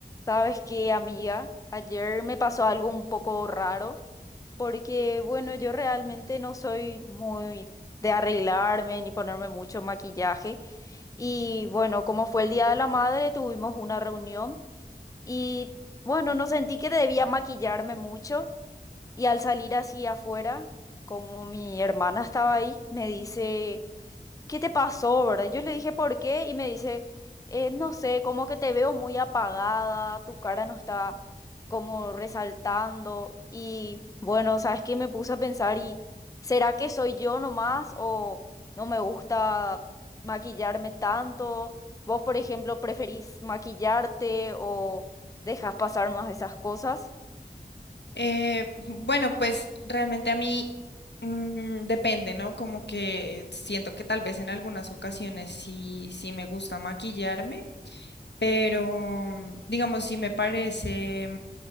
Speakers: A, on the left (about 20°); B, on the left (about 85°).
A: Sabes qué, amiga, ayer me pasó algo un poco raro, porque bueno, yo realmente no soy muy de arreglarme ni ponerme mucho maquillaje. Y bueno, como fue el Día de la Madre, tuvimos una reunión y bueno, no sentí que debía maquillarme mucho y al salir así afuera, como mi hermana estaba ahí, me dice... ¿qué te pasó, verdad? Yo le dije, ¿por qué? Y me dice, "Eh, no sé, como que te veo muy apagada, tu cara no está como resaltando. Y bueno, ¿sabes qué? Me puse a pensar y ¿será que soy yo nomás o no me gusta maquillarme tanto? ¿Vos, por ejemplo, preferís maquillarte o dejas pasar más esas cosas?
B: Eh, bueno, pues realmente a mí mm, depende, ¿no? Como que siento que tal vez en algunas ocasiones sí, sí me gusta maquillarme, pero digamos, sí me parece